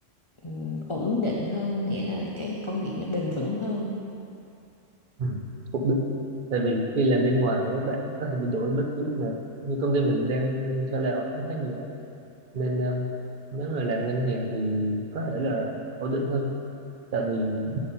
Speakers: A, on the left (about 50°); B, on the right (about 55°).
A: ừm, ổn định hơn nghĩa là cái công việc nó bền vững hơn
B: Ừ. cũng đúng tại vì khi làm bên ngoài á, bạn có thể bị đổi bất cứ lúc nào như công ty mình đang cho là cũng khá nhiều á. nên ờ, nếu mà làm ngân hàng thì có thể là ổn định hơn tại vì